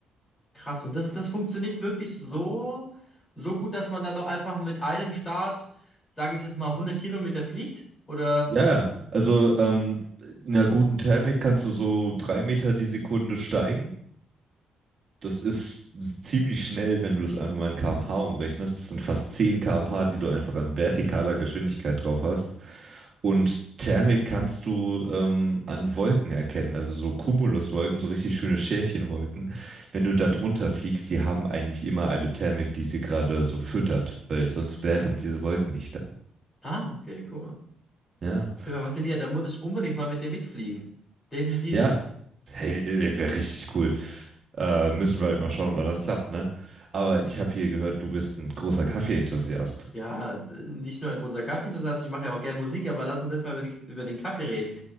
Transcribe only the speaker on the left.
Krass, und das, das funktioniert wirklich so, so gut, dass man dann auch einfach mit einem Start, sage ich jetzt mal, hundert Kilometer fliegt? Oder?
Ah, okay, cool. Auf
jeden Fall, Was Da muss ich unbedingt mal mit dir mitfliegen. Definitiv.
Ja, d- nicht nur ein großer Kaffeeinteressent, ich mache ja auch gerne Musik, aber lass uns erstmal über die, über den Kaffee reden.